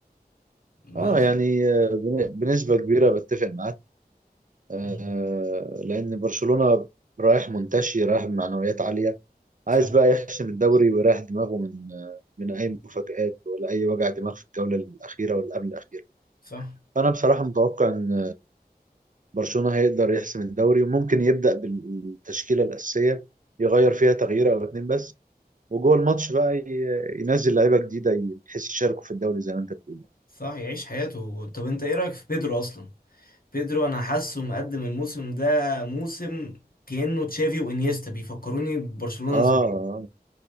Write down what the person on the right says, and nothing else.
اه
يعني آه، بن- بنسبة كبيرة بتفق معاك آه
لأن برشلونة رايح منتشي رايح بمعنويات عالية
عايز بقى يحسم الدوري ويريح دماغه من آه، من أي مفاجآت ولا أي وجع دماغ في الجولة الأخيرة ولا قبل الأخيرة
فأنا بصراحة متوقع إن برشلونة هيقدر يحسم الدوري وممكن يبدأ بالتشكيلة الأساسية يغير فيها تغيير أو اتنين بس وجوه الماتش بقى ي- ينزل لعيبة جديدة بحيث يشاركوا في الدوري زي ما أنت بتقول
آه
آه.